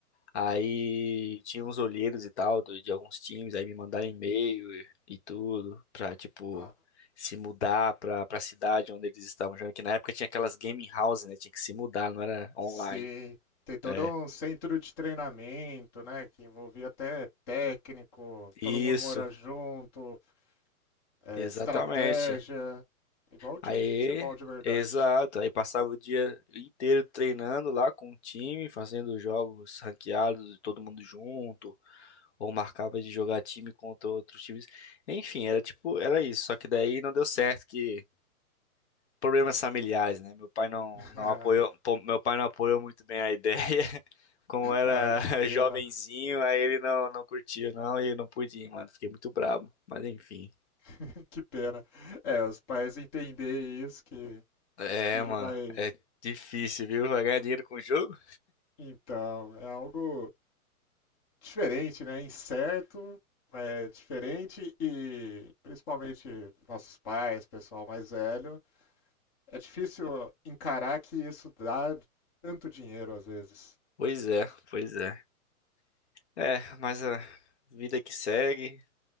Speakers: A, on the left (about 50°); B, on the left (about 15°).
A: Aí tinha uns olheiros e tal do- de alguns times, aí me mandaram e-mail e, e tudo pra, tipo,
B: Ah,
A: se mudar pra, pra cidade onde eles estavam jogando, que na época tinha aquelas gaming houses, né? Tinha que se mudar, não era online.
B: Sim, tem todo
A: É,
B: um centro de treinamento, né, que envolvia até técnico,
A: isso,
B: todo mundo mora junto, eh,
A: exatamente.
B: estratégia, igual o
A: Aí,
B: time de futebol de verdade.
A: exato, aí passava o dia inteiro treinando lá com o time, fazendo jogos ranqueados, todo mundo junto, ou marcava de jogar time contra outros times. Enfim, era tipo, era isso, só que daí não deu certo que problemas familiares, né? Meu pai não,
B: <laughs>
A: não apoiou, pô, meu pai não apoiou muito bem a ideia. <laughs> Como era
B: Ah, que pena,
A: <laughs> jovenzinho, aí ele não, não curtiu, não, e não pude ir, mano. Fiquei muito brabo. Mas enfim.
B: <laughs> que pena. É, os pais entender isso, que
A: É,
B: filho
A: mano,
B: vai.
A: é difícil, viu? Vai ganhar dinheiro com o jogo?
B: Então, é algo diferente, né? Incerto, é diferente e principalmente nossos pais, pessoal mais velho, É difícil encarar que isso dá tanto dinheiro às vezes.
A: Pois é, pois é. É, mas a vida que segue.